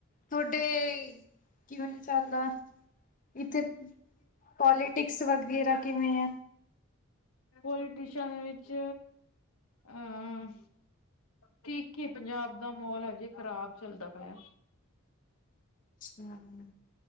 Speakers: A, on the left (about 35°); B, on the left (about 85°).
A: ਤੁਹਾਡੇ ਕਿਵੇਂ ਚੱਲਦਾ ਇੱਥੇ ਪੋਲੀਟਿਕਸ ਵਗੈਰਾ ਕਿਵੇਂ ਆ।
B: <unintelligible> ਵਿੱਚ ਅਹ ਠੀਕ ਹੀ ਪੰਜਾਬ ਦਾ ਮਾਹੌਲ ਹਜੇ ਖ਼ਰਾਬ ਚੱਲਦਾ ਪਿਆ।
A: ਹੂੰ,